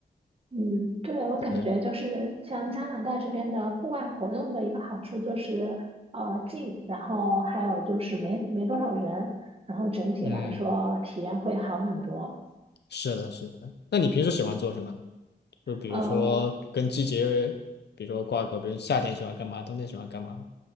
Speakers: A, on the right; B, on the left.
A: 嗯，对，我感觉就是像加拿大这边的户外活动的一个好处就是呃近，
B: 对，
A: 然后还有就是没没多少人，然后整体来说体验会好很多。
B: 嗯，是的，是的。那你平时喜欢做什么呢？就比如说跟季节，
A: 嗯，
B: 比如说挂钩，比如夏天喜欢干嘛，冬天喜欢干嘛